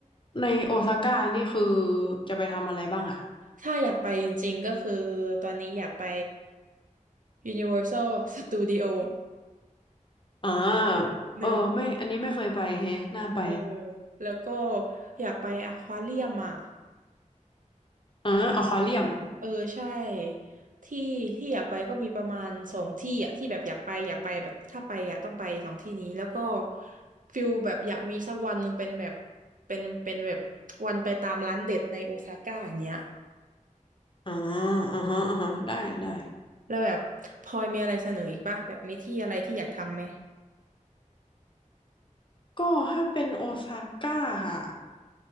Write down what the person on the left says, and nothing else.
ในโอซาก้านี่คือจะไปทำอะไรบ้างอ่ะ
อ่า
เออไม่อันนี้ไม่เคยไปแฮะน่าไป
อ่าอควาเรียม
อ่าอ่าฮะอ่าฮะได้ได้
ก็ถ้าเป็นโอซาก้าค่ะ